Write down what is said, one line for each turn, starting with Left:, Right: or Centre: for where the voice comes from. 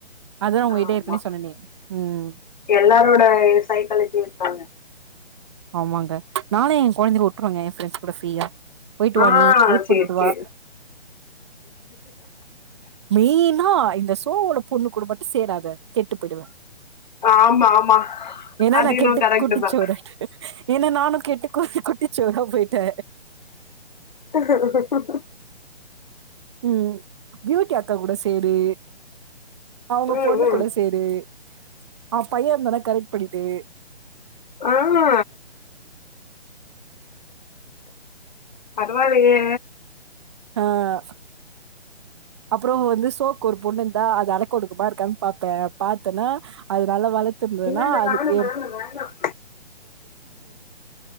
Right: அதுதா உங்ககிட்ட
Left: ஆமா
Right: ஏற்கனவே சொன்னனே ம்
Left: எல்லாரோட சைக்காலஜி இருக்காங்க
Right: ஆமாங்க நானு எ கொழந்தைகள விட்ருவங்க எ ஃப்ரெண்ட்ஸ் கூட ஃப்ரீயா போயிட்டு
Left: ஆ
Right: வா நீ ஊர் பொடுத்துட்டு
Left: சேரி
Right: வா
Left: சேரி
Right: மெயினா இந்த சோவோட பொண்ணு கூட மட்டு சேராத கெட்டு போய்டுவ
Left: ஆமா ஆமா
Right: ஏன்னா
Left: அது
Right: நான்
Left: என்னவோ
Right: கெட்டு
Left: கரெக்ட்
Right: குட்டிசொவரு
Left: தான்
Right: ஆய்ட்ட ஏன்னா நானு கெட்டு குட்டிசொவரா போய்ட்ட
Left: ஹிஹிஹி
Right: ம் பியூட்டி அக்கா கூட சேரு அவங்க
Left: ம்
Right: பொண்ணு கூட சேரு ம் அவ பைய இருந்தானா கரெக்ட் பண்ணிவுடு
Left: ஆமா பரவா இல்லயே
Right: ஆ அப்ற வந்து சோக்கு ஒரு பொண்ணு இருந்தா அது அடக்க ஒடுக்கமா இருக்கான் பாப்ப பாத்தன்னா அது நல்லா வேலை இருந்துதுனா
Left: இல்ல இல்ல
Right: அதுக்கு
Left: வேணாம் வேணாம் வேணாம்